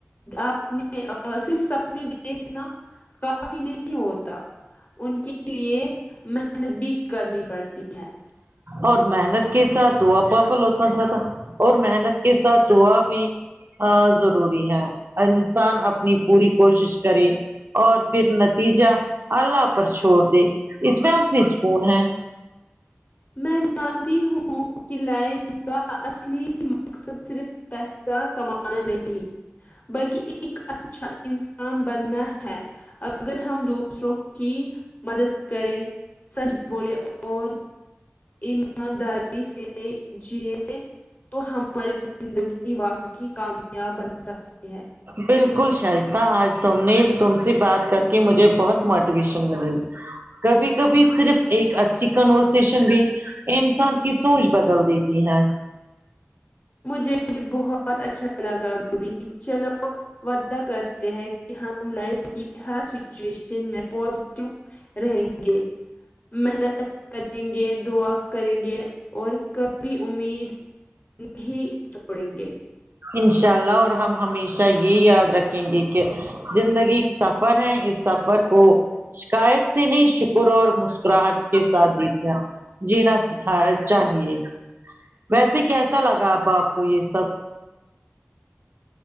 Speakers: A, on the left; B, on the right.
A: آپ نے صرف سب دیکھنا کافی نہیں ہوتا ان کے لیے میں محنت بھی کرنی پڑتی ہے
B: اور محنت کے ساتھ دا پاپلوتا تھا تھا اور محنت کے ساتھ دعا بھی ضروری ہے انسان اپنی پوری کوشش کرے اور پھر نتیجہ اللہ پر چھوڑ دے اس میں اصلی سکون ہے
A: میں مانتی ہوں کہ لائف کا اصلی اس کا مقصد صرف پیسہ کمانا نہیں بلکہ ایک اچھا انسان بننا ہے اگر ہم دوسروں کی مدد کرے سچ بولے اور ایمانداری سے جیے تو ہماری زندگی گی واقعی کامیاب بن سکتی ہے
B: بالکل شائستہ آج تم نے تم سے بات کر کے مجھے بہت موٹیویشن ملی کبھی کبھی صرف ایک اچھی کنورسیشن بھی انسان کی سونچ بدل دیتی ہے
A: مجھے بہت اچھا لگا روبی چلو ودہ کرتے ہیں ہم لائف کی ہر سچویشن میں پاز کیوں رہیں گے محنت کریں گے دعا کریں گے اور کبھی امید نہیں چھوڑیں گے
B: ان شاء اللہ اور ہم ہمیشہ یہ یاد رکھیں گے کہ زندگی سفر ہے اس سفر کو شکایت سے نہیں شکر اور مسکراہٹ کے ساتھ جیتنا ج نہا سیکھائے چاہیے ویسے کیسا لگا اب آپ کو یہ سب